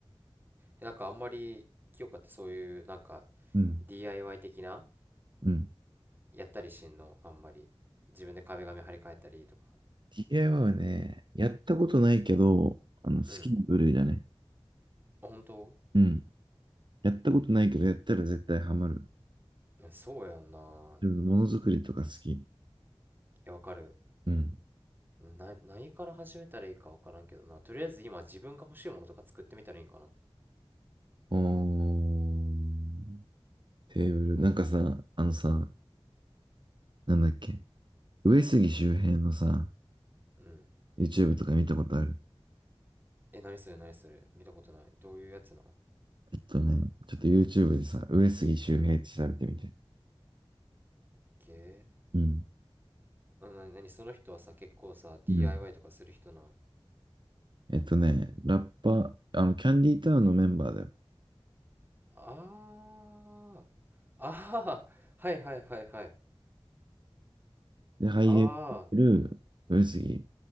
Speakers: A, on the right; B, on the right.
A: えなんかあんまり、清香ってそういう、なんか、
B: うん、
A: DIY 的な、
B: うん。
A: やったりしんのあんまり。自分で壁紙張り替えたりとか。
B: DIY はね、やったことないけど、あの、好きな部類だね。
A: うん。あ、本当
B: うん。やったことないけど、やったら絶対ハマる。
A: いやそうやんな。
B: 自分ものづくりとか好き。
A: え、わかる。
B: うん。
A: な、何から始めたらいいか分からんけどな。とりあえず今自分が欲しいものとか作ってみたらいいんかな。
B: おー、テーブル。なんかさ、あのさ、なんだっけ。上杉周平のさ、
A: うん。
B: YouTube とか見たことある。
A: え、何それ何それ見たことない。どういうやつなん
B: えっとね、ちょっと YouTube でさ、上杉周平って調べてみて。
A: けー
B: うん。
A: うんな何その人はさ、結構さ、DIY
B: うん。
A: とかする人なん
B: えっとね、ラッパ、あの、キャンディータウンのメンバーだよ。
A: あー。あー。はいはいはいはい。
B: で、俳優やってる上杉
A: あ